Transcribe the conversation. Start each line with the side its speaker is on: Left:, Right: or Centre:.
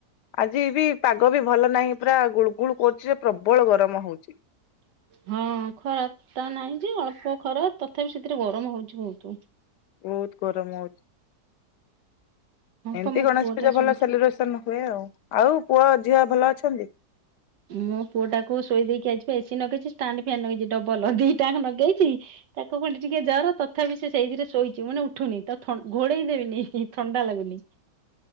Left: ଆଜି ବି ପାଗ ବି ଭଲ ନାହିଁ, ପୁରା ଗୁଳୁ ଗୁଳୁ କରୁଛି ଯେ ପ୍ରବଳ ଗରମ ହଉ
Right: ହଁ ଖରା ଟା ନାହିଁ ଯେ ଅଳ୍ପ ଖରା। ତଥାପି ସେଥିରେ ଗରମ ହଉଚି ବହୁତୁ।
Left: ବହୁତ ଗରମ ହଉଛି।
Right: ହଁ
Left: ଏମତି
Right: ପା ମୋ
Left: ଗଣେଶ
Right: ପୁଅ
Left: ପୂଜା
Right: ଟା ଶୋଇଛି।
Left: ଭଲ ସେଲିବ୍ରେସନ୍ ହୁଏ ଆଉ। ଆଉ ପୁଅ ଝିଅ ଭଲ ଅଛନ୍ତି? <inaudible>
Right: ମୋ ପୁଅ ଟାକୁ ଶୋଇ ଦେଇକି ଆଇଛି ଯେ ଏସି ନଗେଇଛି, ଷ୍ଟାଣ୍ଡ ଫ୍ୟାନ୍ ନଗେଇଚି ଡବଲ୍ ଦି ଟାଙ୍କ ନଗେଇଛି। ତାକୁ ପୁଣି ଟିକେ ଜର ତଥାପି ସେ ସେଇଥିରେ ଶୋଇଛି ମାନେ ଉଠୁନି, ତ ଥଣ୍ଡ, ଘୋଡେଇ ଦେଇନି କି ଥଣ୍ଡା ଲାଗୁନି।